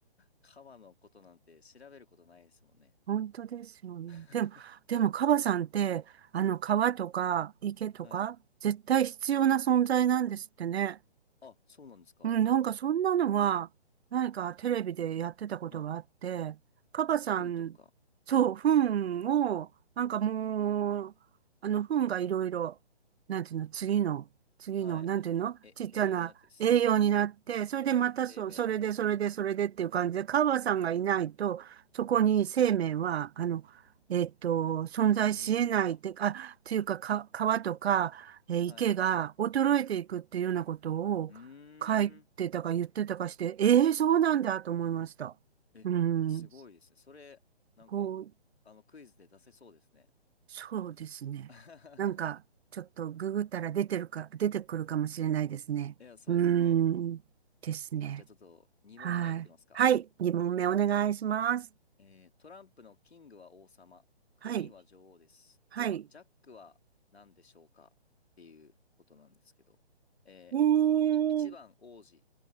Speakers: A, on the left (about 75°); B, on the right (about 75°).
A: 川のことなんて調べることないですもんね。
B: 本当ですよね。
A: <laughs>
B: でも、でも、カバさんって、あの、川とか池とか、
A: はい。
B: 絶対必要な存在なんですってね。
A: あ、そうなんですか
B: うん、なんかそんなのは、何かテレビでやってたことがあって、
A: あ、
B: カバさん、
A: 糞とか。
B: そう、糞を、なんかもう、あの、糞がいろいろ、なんていうの、次の、次の、
A: はい。
B: なんていうの、
A: え、
B: ちっちゃな栄養になって、
A: 栄養になってす、
B: それでまたそ、
A: 生命のね。
B: それで、それで、それでっていう感じで、カバさんがいないと、そこに生命は、あの、えっと、存在し得ないって、
A: ええあ、
B: あ、っていうか、か、川とか、えー池が衰えていくっていうようなことを、
A: はい。うーん。
B: 書いてたか言ってたかして、ええーそうなんだと思いました。
A: え、
B: うん、
A: すごいですね。それ、なんか、
B: こう、
A: あの、クイズで出せそうですね。
B: そうですね。
A: <laughs>
B: なんか、ちょっとググったら出てるか、出てくるかもしれないですね。
A: いや、そうですね。
B: うん、ですね。
A: じゃあちょっと、2問目いきますか。
B: はい。はい、2問目お願いします。
A: えートランプのキングは王様、クイーンは女王です。
B: はい、はい。
A: では、ジャックは何でしょうかっていうことなんですけど、え
B: ええ
A: ー、1番王子、